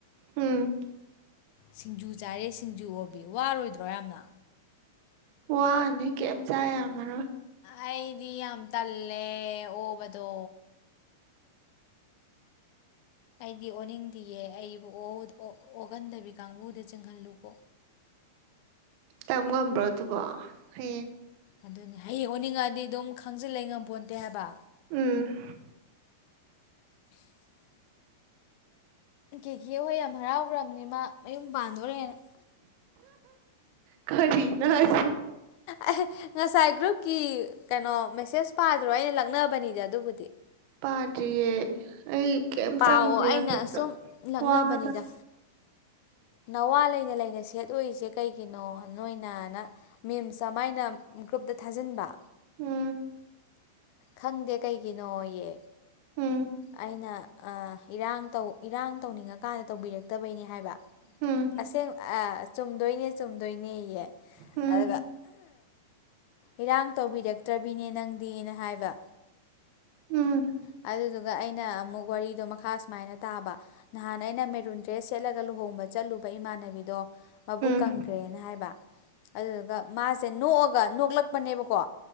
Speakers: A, on the right; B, on the left.
A: ꯎꯝ
B: ꯁꯤꯡꯖꯨ ꯆꯥꯔꯦ ꯁꯤꯡꯖꯨ ꯑꯣꯕꯤ ꯋꯥꯔꯣꯏꯗ꯭ꯔꯣ ꯌꯥꯝꯅ
A: ꯋꯥꯅꯤ ꯀꯦꯝ ꯆꯥ ꯌꯥꯔꯝꯃꯔꯣꯏ
B: ꯑꯩꯗꯤ ꯌꯥꯝ ꯇꯜꯂꯦ ꯑꯣꯕꯗꯣ ꯑꯩꯗꯤ ꯑꯣꯅꯤꯡꯗꯌꯦ ꯑꯩꯕꯨ ꯑꯣ ꯑꯣꯍꯟꯗꯕꯤ ꯀꯥꯡꯕꯨꯗ ꯆꯤꯡꯍꯜꯂꯨꯀꯣ
A: ꯇꯝ ꯉꯝꯕ꯭ꯔꯣ ꯑꯗꯨꯕꯣ ꯍꯌꯦꯡ
B: ꯑꯗꯨꯅꯤ ꯍꯌꯦꯡ ꯑꯣꯅꯤꯡꯉꯛꯑꯗꯤ ꯑꯗꯨꯝ ꯈꯪꯖꯤꯜꯂꯩ ꯉꯝꯄꯣꯟꯇꯦ ꯍꯥꯏꯕ
A: ꯎꯝ
B: <inaudible> ꯀꯦꯀꯦ ꯍꯣꯏ ꯌꯥꯝ ꯍꯔꯥꯎꯒꯔꯝꯅꯤ ꯃꯥ ꯃꯌꯨꯝ ꯄꯥꯟꯗꯣꯔꯦꯅ
A: ꯀꯔꯤꯅꯣ ꯍꯥꯏꯁꯦ
B: ꯑꯦ ꯉꯁꯥꯏ ꯒ꯭ꯔꯨꯞꯀꯤ ꯀꯩꯅꯣ ꯃꯦꯁꯦꯁ ꯄꯥꯗ꯭ꯔꯣ ꯑꯩꯅ ꯂꯛꯅꯕꯅꯤꯗ ꯑꯗꯨꯕꯨꯗꯤ
A: ꯄꯥꯗꯔ꯭ꯤꯌꯦ ꯑꯩ ꯀꯩꯝ
B: ꯄꯥꯎꯑꯣ
A: ꯆꯪꯗ꯭ꯔꯤ
B: ꯑꯩꯅ
A: ꯋꯥꯆꯞꯇ
B: ꯁꯨꯝ ꯂꯛꯅꯕꯅꯤꯗ
A: ꯋꯥꯗ
B: ꯅꯋꯥ ꯂꯩꯅ ꯂꯩꯅ ꯁꯦꯠꯑꯣꯏꯔꯤꯁꯦ ꯀꯩꯒꯤꯅꯣ ꯅꯣꯏꯅ ꯅ ꯃꯦꯝꯁ ꯑꯃꯑꯩꯅ ꯒ꯭ꯔꯨꯞꯇ ꯊꯥꯖꯤꯟꯕ
A: ꯎꯝ
B: ꯈꯪꯗꯦ ꯀꯩꯒꯤꯅꯣꯌꯦ
A: ꯎꯝ
B: ꯑꯩꯅ ꯏꯔꯥꯡ ꯇꯧ ꯏꯔꯥꯡ ꯇꯧꯅꯤꯡꯉꯛ ꯀꯥꯟꯅ ꯇꯧꯕꯤꯔꯛꯇꯕꯩꯅꯤ ꯍꯥꯏꯕ
A: ꯎꯝ
B: ꯑꯁꯦꯡ ꯆꯨꯝꯗꯣꯏꯅꯦ ꯆꯨꯝꯗꯣꯏꯅꯦꯌꯦ
A: ꯎꯝ
B: ꯑꯗꯨꯒ ꯏꯔꯥꯡ ꯇꯧꯕꯤꯔꯛꯇ꯭ꯔꯕꯤꯅꯦ ꯅꯪꯗꯤꯅ ꯍꯥꯏꯕ
A: ꯎꯝ
B: ꯑꯗꯨꯗꯨꯒ ꯑꯩꯅ ꯑꯃꯨꯛ ꯋꯥꯔꯤꯗꯣ ꯃꯈꯥ ꯁꯨꯃꯥꯏꯅ ꯇꯥꯕ ꯅꯍꯥꯟ ꯑꯩꯅ ꯃꯦꯔꯨꯟ ꯗ꯭ꯔꯦꯁ ꯁꯦꯠꯂꯒ ꯂꯨꯍꯣꯡꯕ ꯆꯠꯂꯨꯕ ꯏꯃꯥꯟꯅꯕꯤꯗꯣ ꯃꯕꯨꯛ ꯀꯪꯈ꯭ꯔꯦꯅ
A: ꯎꯝ
B: ꯍꯥꯏꯕ ꯑꯗꯨꯗꯨꯒ ꯃꯥꯁꯦ ꯅꯣꯛꯑꯒ ꯅꯣꯛꯂꯛꯄꯅꯦꯕꯀꯣ